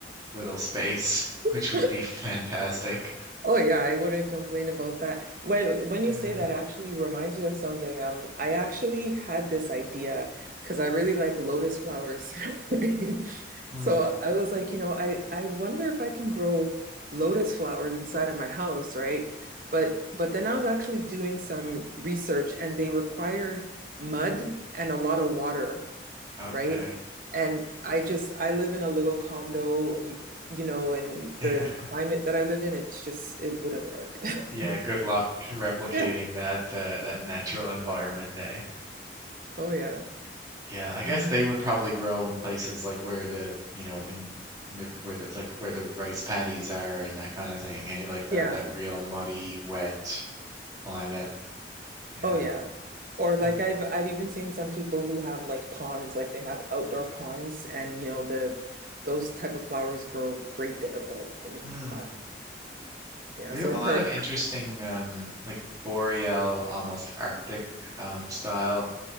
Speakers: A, on the right; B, on the right.
A: little space,
B: <laughs>
A: which would be fantastic.
B: Oh yeah, I wouldn't complain about that. When when you
A: Yeah.
B: say that actually reminds me of something. Um, I actually had this idea because I really like lotus flowers. <laughs>
A: Hmm.
B: So I was like, you know, I I wonder if I can grow lotus flowers inside of my house, right? But but then I was actually doing some research and they require mud and a lot of water.
A: Okay.
B: right? And I just, I live in a little condo, y- you know, and
A: Yeah.
B: the
A: <laughs>
B: climate that I live in, it's just, it wouldn't work. <laughs>
A: Yeah, good luck replicating
B: Yeah.
A: that uh, that natural environment, eh?
B: Oh, yeah.
A: Yeah, I guess
B: Mhm.
A: they would probably grow in places like where the, you know, in, in the where the like where the rice paddies are and that kind of thing, hey? Like that
B: Yeah.
A: that real muddy, wet climate. Yeah.
B: Oh, yeah. Or like
A: Hmm.
B: I've I've even seen some people who have like ponds, like they have outdoor ponds, and you know the those type of flowers grow great there. But
A: Hmm.
B: uh, yeah,
A: We
B: so
A: have a
B: per
A: lot of interesting um like boreal, almost Arctic um style